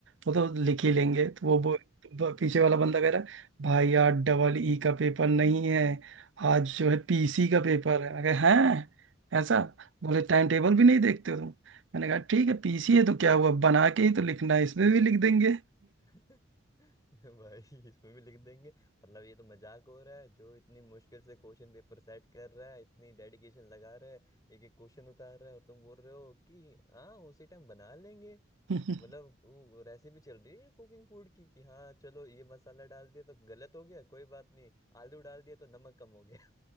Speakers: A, on the right (about 70°); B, on the left (about 20°).
A: वो तो लिख ही लेंगे तो वो,
B: हम्म,
A: वो वो पीछे वाला
B: हम्म,
A: बंदा कह रहा है भाई आज डबल ई का पेपर नहीं है आज जो है पीसी का पेपर
B: हम्म,
A: है मैं कहा हैं
B: हम्म।
A: ऐसा बोले टाइम टेबल भी नहीं देखते हो तुम मैंने कहा ठीक है पीसी
B: हम्म।
A: है तो क्या हुआ बना के ही तो लिखना है इसमें भी लिख देंगे
B: <laughs> भाई इसमें भी लिख देंगे मतलब ये तो मजाक हो रहा है जो इतनी मुश्किल से क्वेश्चन पेपर सेट कर रहा है इतनी डेडिकेशन लगा रहा है एक एक क्वेश्चन उतार रहा है और तुम बोल रहे हो कि हाँ उसी टाइम बना लेंगे
A: <laughs>
B: मतलब वो रेसिपी चल रही है कुकिंग फूड की कि हाँ चलो ये मसाला डाल दिया तो गलत हो गया कोई बात नहीं आलू डाल दिया तो नमक कम हो गया